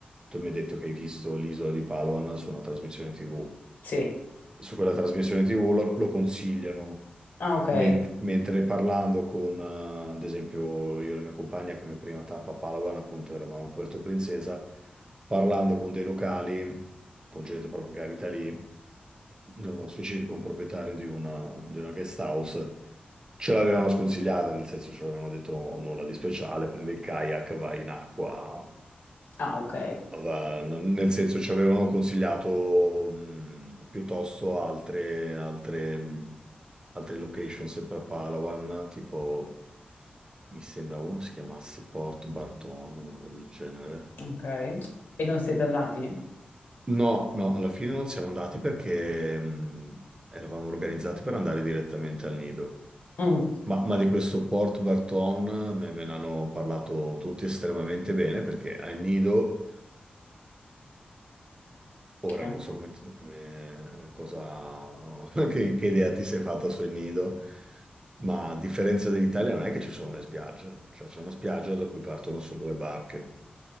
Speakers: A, on the right; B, on the left.
A: Tu mi hai detto che hai visto l'isola di Palawan su una trasmissione TV.
B: sì.
A: su quella trasmissione TV lo, lo consigliano,
B: Ah, ok.
A: men- mentre parlando con, eh, ad esempio, io e la mia compagna come prima tappa Palawan, appunto eravamo a Puerto Princesa, parlando con dei locali, con gente proprio che abita lì, nello specifico un proprietario di una, di una guest house, ce l'avevano sconsigliata, nel senso ci avevano detto nulla di speciale, prendi il kayak, vai in acqua.
B: Ah, ok.
A: Va- n- Nel senso ci avevano consigliato mh, piuttosto altre, altre, mh, altre location sempre a Palawan, tipo mi sembra uno si chiamasse Port Barton o una roba del genere.
B: Ok. E non siete andati?
A: No, no, alla fine non siamo andati perché mh, eravamo organizzati per andare direttamente al Nido.
B: Mm,
A: Ma, ma di questo Port Barton me, me ne hanno parlato tutti estremamente bene perché al Nido Ora
B: eh.
A: non so come, come- cosa, <laughs> che, che idea ti sei fatta sul nido, ma a differenza dell'Italia non è che ci sono le spiagge, cioè c'è una spiaggia da cui partono solo le barche.